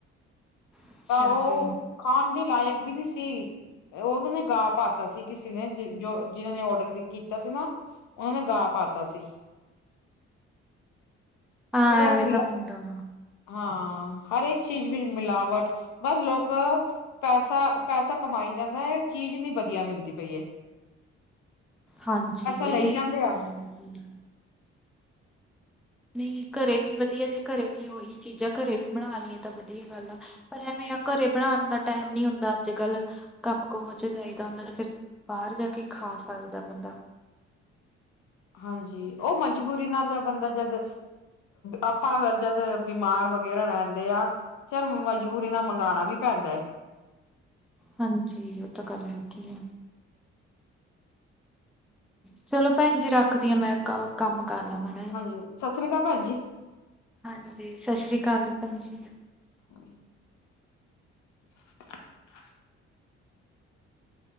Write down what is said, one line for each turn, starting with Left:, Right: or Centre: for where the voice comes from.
Centre: ਅੱਛਾ
Left: ਆਹੋ
Centre: ਜੀ
Left: ਖਾਂਣ ਦੇ ਲਾਇਕ ਵੀ ਨਹੀਂ ਸੀ, ਉਹਨਾਂ ਨੇ ਗਾ ਪਾ ਤਾ ਅਸੀਂ ਕਿਸੇ ਨੇ ਜੋ ਜਿਨਾਂ ਨੇ ਔਡਰ ਕੀਤਾ ਸੀ ਨਾ, ਉਹਨਾਂ ਨੇ ਗਾ ਪਾਤਾ ਸੀ
Centre: ਆ,
Left: ਫੇਰ
Centre: ਐਵੇਂ
Left: ਮਿਲਾ
Centre: ਤਾਂ ਹੁੰਦਾ।
Left: ਹਾਂ, ਹਰ ਇੱਕ ਚੀਜ਼ ਵਿਚ ਮਿਲਾਵਟ, ਬਸ ਲੋਕ ਪੈਸਾ- ਪੈਸਾ ਕਮਾਈ ਜਾਂਦਾ ਏ, ਚੀਜ਼ ਨਹੀਂ ਵਧੀਆ ਮਿਲਦੀ ਪਈ ਏ
Centre: ਹਾਂਜੀ,
Left: ਲਈ
Centre: ਇਹ
Left: ਜਾਂਦੇ
Centre: ਤ ਗੱਲ
Left: ਆ
Centre: ਹੈ। ਨਹੀਂ, ਘਰੇ ਵੀ ਵਧੀਆ ਜੀ ਅੱਜ, ਘਰੇ ਵੀ ਉਹੀ ਚੀਜ਼ਾਂ ਘਰੇ ਵੀ, ਬਣਾ ਲਈਏ ਤਾਂ ਵਧੀਆ, ਗੱਲ ਆ? ਪਰ ਐਵੇਂ ਆ, ਘਰੇ ਬਣਾਉਣ ਦਾ ਟਾਈਮ ਨਈ ਹੁੰਦਾ, ਅੱਜ -ਕੱਲ ਕੰਮ -ਕੁਮ ਚ ਜਾਈਦਾ ਹੁੰਦਾ ਤੇ ਫਿਰ ਬਾਹਰ ਜਾ ਕੇ, ਖਾ ਸਕਦਾ ਬੰਦਾ।
Left: ਹਾਂਜੀ, ਉਹ ਮਜਬੂਰੀ ਨਾਲ ਤਾਂ ਬੰਦਾ ਜਦ, ਆਪਾਂ, ਜਦ ਬਿਮਾਰ ਵਗੈਰਾ ਰਹਿੰਦੇ ਆ। ਚੱਲ, ਮਜਬੂਰੀ ਨਾਲ ਮੰਗਵਾਉਣਾ ਵੀ ਪੈਂਦਾ।
Centre: ਹਾਂਜੀ, ਉਹ ਤਾਂ ਗੱਲ ਹੈ। ਚਲੋ ਭੈਣ ਜੀ, ਰੱਖਦੀ ਹਾਂ ਮੈਂ ਕ ਕੰਮ ਕਰ ਲਵਾ?
Left: ਹਾਂਜੀ, ਸਤਿ ਸ੍ਰੀ ਅਕਾਲ ਭੈਣ ਜੀ।
Centre: ਹਾਂਜੀ ਸਤਿ ਸ਼੍ਰੀ ਅਕਾਲ ਜੀ ਭੈਣ ਜੀ।
Left: <unintelligible> <unintelligible>